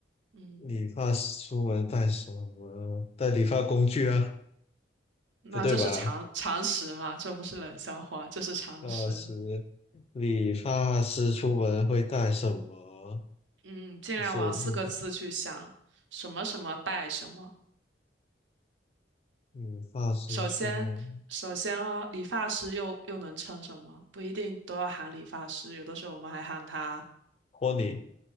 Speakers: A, on the right; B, on the left.
A: 嗯，
B: 理发师出门带什么？带理发工具啊？
A: 那这是常常识嘛？
B: 不对吧？
A: 这不是冷笑话，这是常识。
B: 那是理发师出门会带什么？
A: 嗯，尽量往四个字去想，
B: 不是理
A: 什么什么带什么。
B: 理发师出门。
A: 首先，首先哦，理发师又又能称什么？不一定都要喊理发师，有的时候我们还喊他，
B: 托尼，